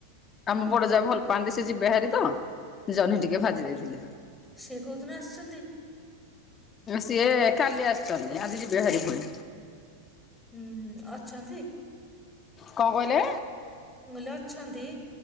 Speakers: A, in the centre; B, on the left (about 25°).
A: ହୁଁ
B: ଆମ ବଡ ଯା ଭଲ ପାଆନ୍ତି। ସେ ଯିବେ ହାରି ତ ଜହ୍ନି ଟିକେ
A: ହୁଁ
B: ଭାଜି ଦେଇଥିଲି।
A: ସିଏ କୋଉଦିନ ଆସିଛନ୍ତି
B: ସିଏ କାଲି ଆସିଛନ୍ତି। ଆଜି ଯିବେ ଭାରି ଫୁଣି।
A: ହୁଁ ହୁଁ ଅଛନ୍ତି?
B: କଣ କହିଲେ?
A: ମୁଁ କଇଲି ଅଛନ୍ତି?